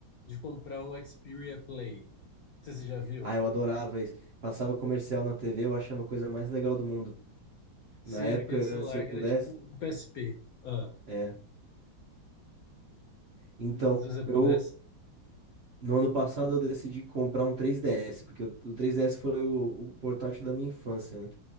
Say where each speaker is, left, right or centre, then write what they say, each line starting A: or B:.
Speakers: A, on the left; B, on the right.
A: de comprar um Xperia Play. Não sei se você já viu?
B: Ah, eu adorava isso. Passava comercial na TV, eu achava a coisa mais legal do mundo.
A: Sim,
B: Na época,
A: era aquele celular
B: se eu pudesse,
A: que era tipo um PSP. Ah,
B: é. Então,
A: se você pudesse.
B: eu no ano passado eu decidi comprar um 3DS, porque o, o 3DS foi o, o portátil da minha infância, né?